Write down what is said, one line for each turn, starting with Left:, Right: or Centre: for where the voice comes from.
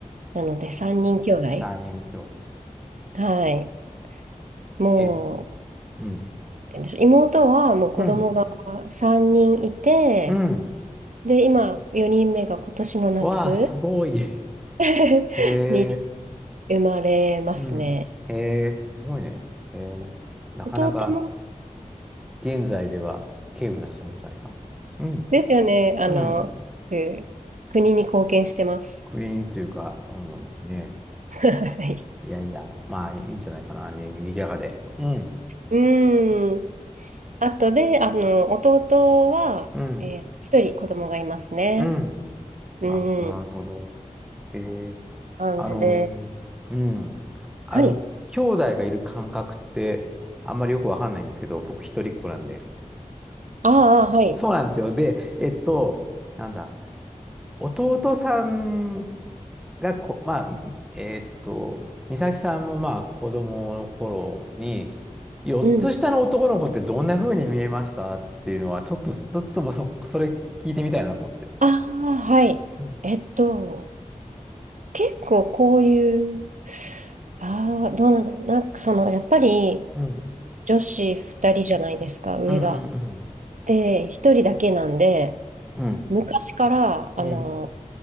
Right: なので、3人兄弟。
Centre: 三人兄弟。
Right: はい。も
Centre: え、うん、
Right: う、なんて言うんでしょう妹はもう子供が3人いて、
Centre: うん、うん。
Right: で、今、4人目が今年の夏
Centre: わあ、すごい。<laughs>
Right: <laughs>
Centre: へえ、
Right: に生まれますね。
Centre: うん。へえ、すごいね。へえ、なかなか
Right: 弟も
Centre: 現在では稀有な存在かも。うん、
Right: ですよね。あの、
Centre: うん。
Right: く国に貢献してます。
Centre: 国というか、うん、ね。
Right: <laughs> はい。
Centre: いやいや、まあいいんじゃないかな、に、にぎやかで。うん、
Right: うん。あとで、あの、弟は、
Centre: うん、
Right: えー、一人子供がいますね。
Centre: うん。
Right: うん。
Centre: なるほど、なるほど。えー、
Right: 感じで。
Centre: あのー、うん。あの、
Right: はい。
Centre: 兄弟がいる感覚って、あんまりよくわかんないんですけど、僕一人っ子なんで。
Right: ああ、はい。
Centre: そうなんですよ。で、えっと、なんだ、弟さんがこ、まあ、えーっと、美咲さんもまあ子供の頃に、4つ下の男の子ってどんな風に見えましたっていうのは、
Right: うん。
Centre: ちょっと、ちょっともうそ、それ聞いてみたいなと思って。
Right: ああ、はい。
Centre: うん、
Right: えっと、結構こういう、ああ、どうなんだろう。なんかその、やっぱり
Centre: うん、
Right: 女子二人じゃないですか、上が。
Centre: うん、うん、
Right: で、一人だけなんで、
Centre: うん、
Right: 昔から、
Centre: うん、
Right: あの、